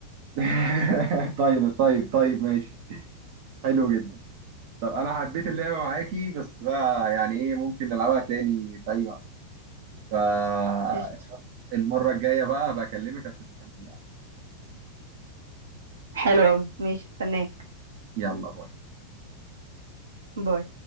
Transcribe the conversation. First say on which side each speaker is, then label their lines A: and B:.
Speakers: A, on the right; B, on the right.
A: <laughs> طيب طيب طيب ماشي حلو جدا طب انا حبيت اللعبه معاكي بس بقى يعني ايه ممكن نلعبها تاني في اي وقت فالمره
B: قشطة
A: الجايه بقى بكلمك عشان نكمل اللعبه
B: حلو أوي ماشي استناك
A: يلا باي
B: باي